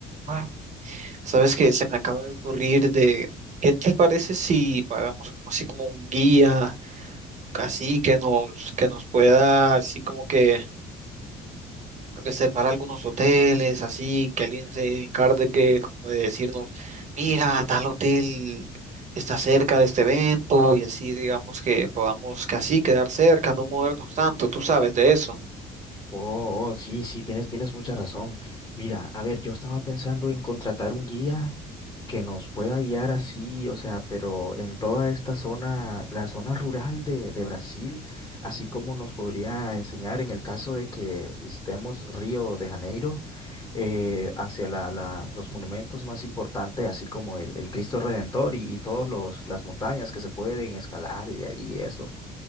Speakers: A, on the right; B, on the left.
A: Ah. sabes que se me acaba de ocurrir de, ¿qué te parece si pagamos como así como un guía, así que nos, que nos pueda, así como que reservar algunos hoteles, así que alguien se encargue como de decirnos, mira, tal hotel está cerca de este evento y así digamos que podamos casi quedar cerca, no movernos tanto, tú sabes de eso.
B: Oh, oh, sí, sí, tienes, tienes mucha razón. Mira, a ver, yo estaba pensando en contratar un guía que nos pueda guiar así, o sea, pero en toda esta zona, la zona rural de, de Brasil, así como nos podría enseñar en el caso de que visitemos Río de Janeiro, eh, hacia la, la- los monumentos más importantes, así como el, el Cristo Redentor y, y todas las montañas que se pueden escalar y ahí eso.